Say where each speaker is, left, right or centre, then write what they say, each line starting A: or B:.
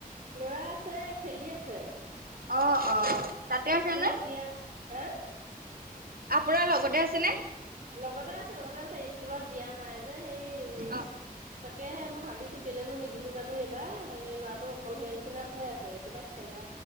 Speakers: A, on the right; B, on the right.
A: ল'ৰা আছে, খেলি আছে।
B: অ' অ'। তাতে আছে
A: স্কুলত
B: নে?
A: দিয়া হা?
B: আপোনাৰ লগতে আছে নে?
A: লগতে আছে, লগতে আছে স্কুলত দিয়া নাই যে হেৰি উম'
B: অ
A: তাকেহে মই ভাবিছোঁ কেলেনো নিদিলোঁ জানোঁ এইবাৰ, এই ল'ৰাটো অকলশৰীয়া নিচিনা হৈ আছে। এতিয়াবা খেলা